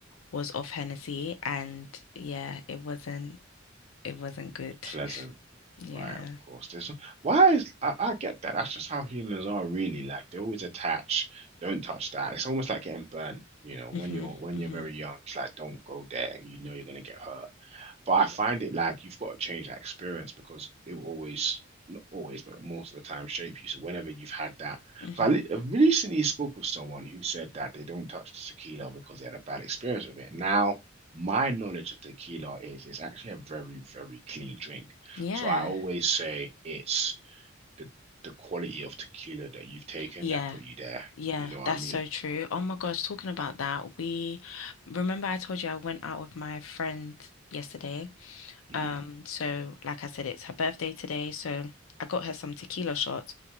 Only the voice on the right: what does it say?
pleasant,
right? Of course. There's no, why is I, I get that. That's just how humans are really. Like they always attach. Don't touch that. It's almost like getting burnt. You know,
when you're when
you're very young, it's like don't go there. You know you're gonna get hurt. But I find it like you've got to change that experience because it will always, not always, but most of the time shape you. So whenever you've had that,
so I li- I recently spoke with someone who said that they don't touch tequila because they had a bad experience with it. Now, my knowledge of tequila is it's actually a very, very clean drink.
So I always say it's the the quality of tequila that you've taken
that put you there.
You know what
I mean?
hmm